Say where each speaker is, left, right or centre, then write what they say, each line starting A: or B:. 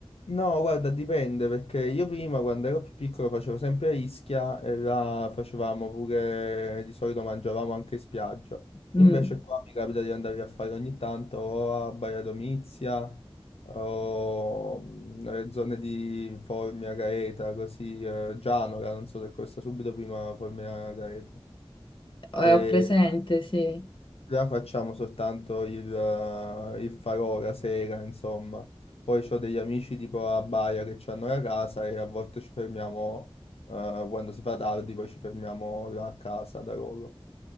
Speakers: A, on the left; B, on the left.
A: No, guarda, dipende perché io prima quando ero più piccolo facevo sempre a Ischia e là facevamo pure, di solito mangiavamo anche in spiaggia.
B: Mm.
A: Invece qua mi capita di andare a fare ogni tanto o a Baia Domizia o mm, nelle zone di Formia, Gaeta, così, eh, Gianola, non so se questa subito prima Formia, Gaeta.
B: Eh,
A: E
B: ho presente, sì,
A: già facciamo soltanto il, eh, il farò la sera, insomma. Poi ho degli amici tipo a Baia che ci hanno la casa e a volte ci fermiamo, eh, quando si fa tardi, poi ci fermiamo là a casa da loro.